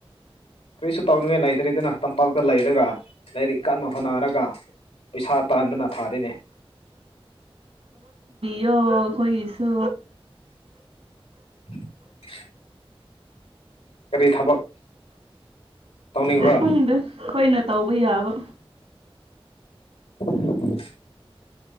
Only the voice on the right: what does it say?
ꯌꯣ ꯀꯣꯏꯁꯨ
ꯊꯨꯡꯗ ꯑꯩꯣꯏꯅ ꯇꯧꯕ ꯌꯥꯕ